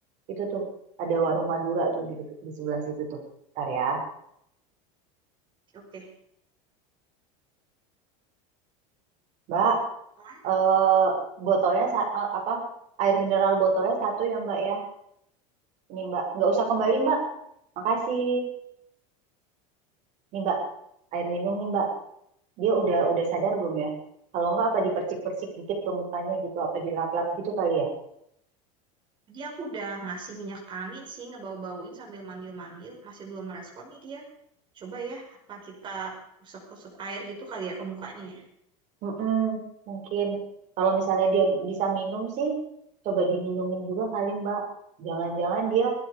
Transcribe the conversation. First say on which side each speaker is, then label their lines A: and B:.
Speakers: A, on the right; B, on the right.
A: Itu tuh ada warung
B: Oke,
A: Madura tuh di deket- di sebelah situ tuh. Bentar ya,
B: oke.
A: Mbak.
B: Soalnya
A: Eh, botolnya sa- eh, apa? Air mineral botolnya satu ya Mbak ya. Ini Mbak, nggak usah kembali Mbak. Makasih. Nih Mbak, air minum nih Mbak. Dia udah udah sadar belum ya? Kalau nggak apa dipercik-percik dikit ke mukanya gitu, apa dilap-lap gitu kali ya?
B: Tadi aku udah ngasih minyak angin sih, ngebau-bauin sambil manggil-manggil. Masih belum merespon nih dia. Coba ya, apa kita usap-usap air gitu kali ya ke mukanya ya.
A: Mm-mm, mungkin kalau misalnya dia bisa minum sih, coba diminumin juga kali Mbak. Jangan-jangan dia